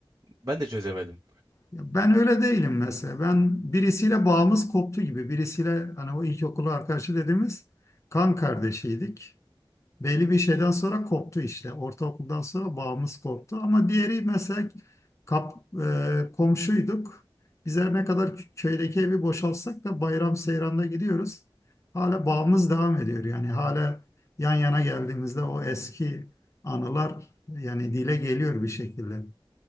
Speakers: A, on the right (about 35°); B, on the left (about 30°).
A: ben de çözemedim.
B: Ya Ben öyle değilim mesela. Ben birisiyle bağımız koptu gibi. Birisiyle hani o ilkokulu arkadaşı dediğimiz kan kardeşiydik. Belli bir şeyden sonra koptu işte. Ortaokuldan sonra bağımız koptu. Ama diğeri mesela kap, e, komşuyduk. Biz her ne kadar kö- köydeki evi boşaltsak da bayram seyranda gidiyoruz. Hala bağımız devam ediyor. Yani hala yan yana geldiğimizde o eski anılar yani dile geliyor bir şekilde.